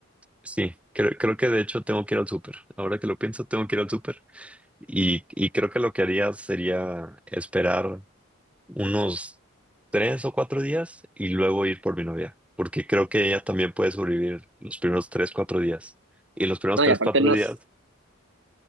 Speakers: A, in the centre; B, on the right.
A: sí, creo, creo que de hecho tengo que ir al súper. Ahora que lo pienso, tengo que ir al súper. Y, y creo que lo que haría sería esperar unos tres o cuatro días y luego ir por mi novia, porque creo que ella también puede sobrevivir los primeros tres, cuatro días. Y los primeros
B: No,
A: tres,
B: y aparte
A: cuatro
B: no,
A: días,
B: s-